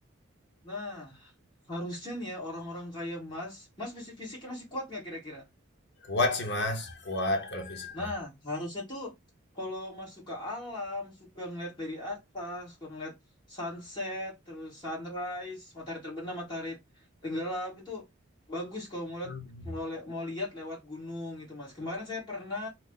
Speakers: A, on the left (about 20°); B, on the left (about 50°).
A: nah harusnya nih ya orang-orang kayak Mas, Mas fisik fisiknya masih kuat nggak kira-kira?
B: Kuat sih Mas, kuat kalau fisik
A: Nah,
B: mah.
A: harusnya tuh kalau Mas suka alam, suka ngeliat dari atas, suka ngeliat sunset, terus sunrise, matahari terbenam, matahari tenggelam itu bagus kalau mau lihat
B: Hmm.
A: mau, le- mau lihat lewat gunung gitu, Mas. Kemarin saya pernah